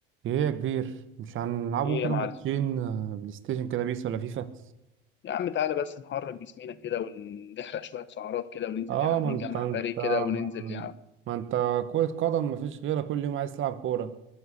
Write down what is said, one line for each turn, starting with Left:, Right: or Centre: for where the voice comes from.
Right: ايه يا كبير مش هنلعبوا
Left: ايه يا
Right: كده
Left: معلم
Right: ماتشين آه، بلاي ستيشن كده بيس ولا فيفا
Left: يا عم تعالى بس نحرك جسمينا كده ونحرق شوية سعرات كده وننزل
Right: اه
Left: يا عم
Right: ما انت
Left: نجمع
Right: انت
Left: فريق
Right: ما,
Left: كده وننزل يا عم
Right: ما انت كرة قدم مفيش غيرها كل يوم عايز تلعب كورة